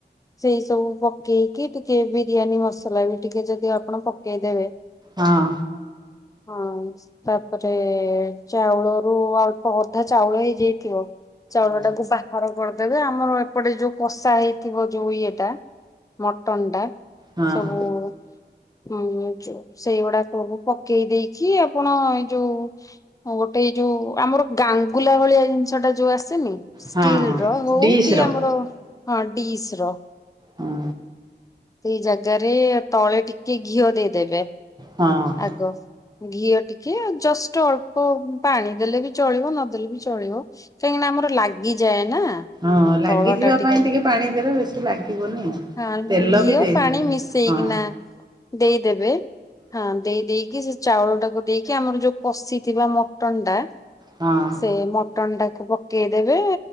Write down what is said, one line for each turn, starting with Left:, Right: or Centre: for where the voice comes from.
Left: ସେଇ ସବୁ ପକେଇକି ଟିକେ ବିରିୟାନୀ ମସଲା ବି ଟିକେ ଯଦି ଆପଣ ପକେଇଦେବେ।
Right: ହଁ।
Left: ହଁ ତାପରେ ଚାଉଳର ଆଉ ଅଳ୍ପ ଅଧା ଚାଉଳ ହେଇଯାଇଥିବ। ଚାଉଳ
Right: ହଁ।
Left: ଟାକୁ ବାହାର କରିଦେବେ ଆମର ଏପଟେ ଯୋଉ କଷା ହେଇଥିବ ଯୋଉ ଇଏଟା। ମଟନ ଟା
Right: ହଁ
Left: ସବୁ ହଁ ଉମ୍। ସେଇଗୁଡା ସବୁ ପକେଇ ଦେଇକି ଆପଣ ଏ ଯୋଉ ଆଉ ଗୋଟେ ଏଇ ଯୋଉ ଆମର ଗାଙ୍ଗୁଲା ଭଳିଆ ଜିନିଷ ଟା ଯୋଉ ଆସେନି ଷ୍ଟିଲ୍
Right: ହଁ
Left: ର ହଉ
Right: ଡିସ୍
Left: କି
Right: ର
Left: ଆମର ହଁ ଡିସର।
Right: ହୁଁ।
Left: ସେଇ ଜାଗାରେ ତଳେ ଟିକେ ଘିଅ ଦେଇଦେବେ।
Right: ହଁ ହଁ।
Left: ଆଗ ଘିଅ ଟିକେ ଆଉ ଜଷ୍ଟ ଅଳ୍ପ ପାଣି ଦେଲେ ବି ଚଳିବ ନଦେଲେ ବି ଚଳିବ। କାହିଁକିନା ଆମର ଲାଗିଯାଏ ନା।
Right: ହଁ ଲାଗିଯିବା
Left: ତଳ ଟା
Right: ପାଇଁ ଟିକେ ପାଣି ଦେଲେ ବେଶୀ ଲାଗିବନି ଆଉ।
Left: ହଁ
Right: ତେଲ
Left: ଘିଅ
Right: ବି ଦେଇଦେବେ
Left: ପାଣି ମିଶେଇକିନା
Right: ହଁ
Left: ଦେଇଦେବେ ହଁ ଦେଇ ଦେଇ ସେ ଚାଉଳ ଟାକୁ ଦେଇକି ଆମର ଯୋଉ କଷିଥିବା ମଟନ୍ ଟା
Right: ହଁ।
Left: ସେ ମ ମଟନ ଟାକୁ ପକେଇଦେବେ